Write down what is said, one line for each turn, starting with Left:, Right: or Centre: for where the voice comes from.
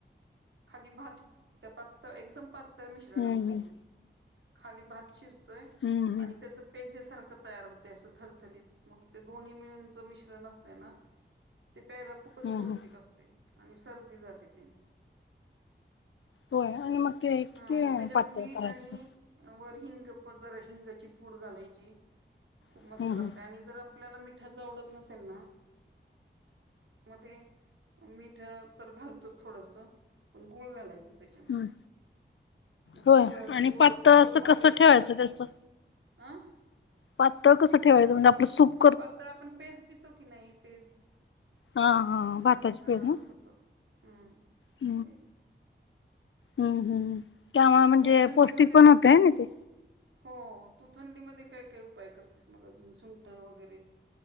Right: खाली भात त्या पातळ एकदम पातळ मिश्रण
Left: हम्म
Right: असतय
Left: हम्म
Right: हे खाली भात शिज तोय
Left: हम्म हम्म
Right: आणि त्याचा पेजेसारखं तयार होते असं थलथलीत मंग ते दोन्ही मिळूनच मिश्रण असतय ना. ते प्यायला खूपच
Left: हम्म
Right: पौष्टिक
Left: हम्म
Right: असते आणि सर्दी जाते त्याने.
Left: होय आणि मग ते किती
Right: हा मग त्याज्यात
Left: पातळ
Right: मीठ
Left: करायचं?
Right: आणि वर हिंग प जरा हिंगाची पूड घालायची खूप
Left: हम्म
Right: मस्त
Left: हम्म
Right: लागते आणि जर आप पल्याला मिठाचा आवडत नसेल ना मध्ये मीठ तर घालतोच थोडसा पण गुळ घालायचं त्याच्यामध्ये.
Left: हम्म
Right: हम्म
Left: होय
Right: गुळाचं
Left: आणि
Right: गोड
Left: पातळ
Right: गोड
Left: असं
Right: मडगं
Left: कसं
Right: पण
Left: ठेवायचं त्याचं
Right: अं
Left: पातळ कसं ठेवायचं म्हणजे आपलं सुप
Right: पातळ आपण पेज पितो की नाही पेज
Left: हा हा भाताची
Right: हा
Left: पेरणं.
Right: तस हम्म
Left: <inaudible>
Right: पेज
Left: हम्म तेव्हा म्हणजे
Right: तू मग थंडीमध्ये
Left: पौष्टिक पण होतंय ना ते
Right: हो तु थंडीमध्ये काय काय उपाय करतेस मग अजून सुंठ वगैरे